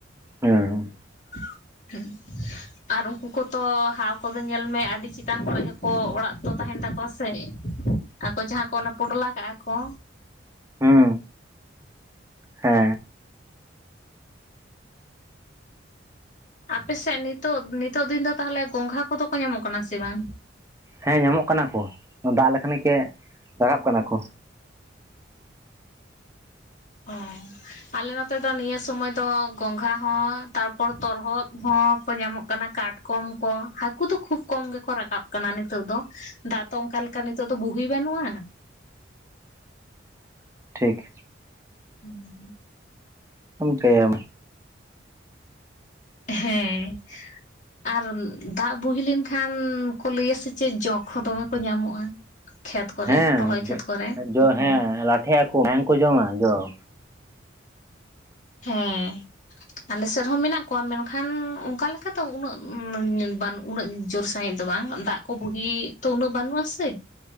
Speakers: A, on the right; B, on the left.
A: ᱦᱳᱭ
B: <unintelligible> ᱟᱨ ᱩᱝᱠᱩ ᱠᱚᱛᱚ ᱦᱟᱣ ᱠᱚᱫᱚ ᱧᱮᱞ ᱢᱮ ᱟᱹᱰᱤ ᱪᱮᱛᱟᱱ ᱠᱚᱨᱮ ᱜᱮᱠᱚ ᱚᱲᱟᱜ ᱠᱚᱫᱚ ᱛᱟᱸᱦᱮᱱ ᱛᱟᱠᱚᱣᱟ ᱥᱮ ᱾ ᱟᱠᱚ ᱡᱟᱦᱟᱸ ᱠᱚ ᱚᱱᱟ ᱯᱚᱴᱞᱟ ᱠᱟᱜᱼᱟ ᱠᱚ,
A: ᱦᱩᱸ, ᱦᱮᱸ
B: ᱟᱯᱮᱥᱮᱜ ᱱᱤᱛᱚᱜ ᱱᱤᱛᱚᱜ ᱫᱤᱱ ᱫᱚ ᱛᱟᱦᱚᱞᱮ ᱜᱚᱝᱜᱷᱟ ᱠᱚᱫᱚ ᱠᱚ ᱧᱟᱢᱚᱜ ᱠᱟᱱᱟ ᱥᱮ ᱵᱟᱝ?
A: ᱦᱮᱸ, ᱧᱟᱢᱚᱜ ᱠᱟᱱᱟ ᱠᱚ ᱫᱟᱜ ᱞᱮᱠᱷᱟᱱ ᱜᱮ ᱨᱟᱠᱟᱵ ᱠᱟᱱᱟ ᱠᱚ᱾
B: ᱚ, ᱟᱞᱮ ᱱᱚᱛᱮ ᱫᱚ ᱱᱤᱭᱟᱹ ᱥᱚᱢᱟᱹᱭ ᱫᱚ ᱜᱚᱝᱜᱷᱟ ᱦᱚᱸ, ᱛᱟᱨᱯᱚᱨ ᱛᱚᱨᱦᱚᱫᱽ ᱦᱚᱸ, ᱠᱚ ᱧᱟᱢᱚᱜ ᱠᱟᱱᱟ ᱠᱟᱴ ᱠᱚᱢ ᱠᱚ ᱦᱟᱹᱠᱩ ᱫᱚ ᱠᱷᱩᱵ ᱠᱚᱢ ᱜᱮᱠᱚ ᱨᱟᱠᱟᱵ ᱠᱟᱱᱟ ᱱᱤᱛᱚᱜ ᱫᱚ᱾ ᱫᱟᱜ ᱛᱚ ᱚᱱᱠᱟ ᱞᱮᱠᱟ ᱱᱤᱛᱚᱜ ᱫᱚ ᱵᱩᱦᱤ ᱵᱟᱹᱱᱩᱜᱼᱟ᱾
A: ᱴᱷᱤᱠ,
B: ᱦᱩᱸ,
A: ᱯᱳᱱ ᱯᱮᱭᱟᱢ,
B: ᱦᱮᱸ, ᱟᱨ ᱫᱟᱜ ᱵᱩᱦᱤ ᱞᱮᱱᱠᱷᱟᱱ ᱠᱚ ᱞᱟᱹᱭᱟ ᱥᱮ ᱪᱮᱫ ᱡᱚᱜ ᱦᱚᱸ ᱫᱚᱢᱮ ᱠᱚ ᱧᱟᱢᱚᱜᱼᱟ? ᱠᱷᱮᱛ ᱠᱚᱨᱮ
A: ᱦᱮᱸ
B: ᱨᱚᱦᱚᱭ ᱠᱷᱮᱛ ᱠᱚᱨᱮ᱾
A: ᱡᱚ ᱦᱮᱸ, ᱞᱟᱴᱷᱮᱜ ᱟᱠᱚ ᱢᱟᱭᱟᱝ ᱠᱚ ᱡᱚᱢᱟ ᱡᱚᱠ᱾
B: ᱦᱮᱸ, ᱟᱞᱮ ᱥᱮᱫ ᱦᱚᱸ ᱢᱮᱱᱟᱜ ᱠᱚᱣᱟ ᱢᱮᱱᱠᱷᱟᱱ ᱚᱱᱠᱟᱞᱮᱠᱟ ᱛᱚ ᱩᱱᱟᱹᱜ ᱵᱟᱹᱱᱩᱜ ᱩᱱᱟᱹᱜ ᱡᱳᱨ ᱥᱟᱺᱦᱤᱡ ᱫᱚ ᱵᱟᱝ ᱫᱟᱜ ᱠᱚ ᱵᱩᱦᱤ ᱛᱚ ᱩᱱᱟᱹᱜ ᱵᱟᱹᱱᱩᱜ ᱟᱥᱮ?